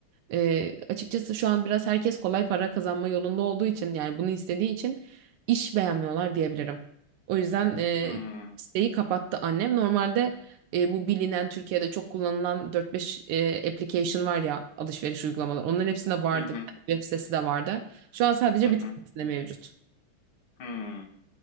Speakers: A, on the right; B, on the left.
A: E, açıkçası şu an biraz herkes kolay para kazanma yolunda olduğu için yani bunu istediği için iş beğenmiyorlar diyebilirim. O yüzden e,
B: Hmm.
A: isteği kapattı annem. Normalde e, bu bilinen Türkiye'de çok kullanılan dört beş e, application var ya alışveriş uygulamaları. Onların hepsinde vardı
B: Hı hı.
A: web sitesi de vardı. Şu an sadece
B: Hı hı.
A: bir tanesinde mevcut.
B: Hmm.